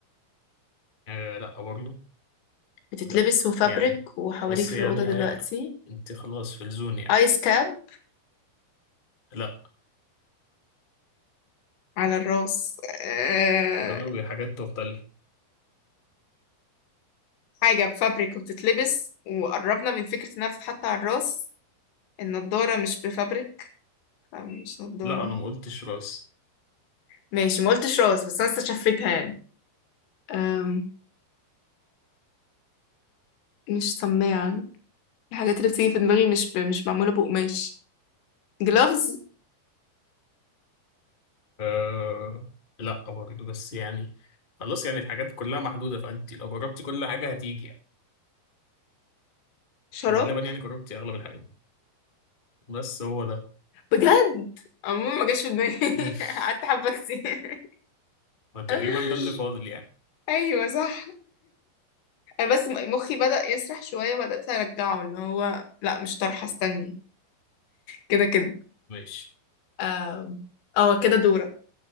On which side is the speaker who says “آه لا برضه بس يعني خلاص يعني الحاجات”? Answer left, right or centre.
Left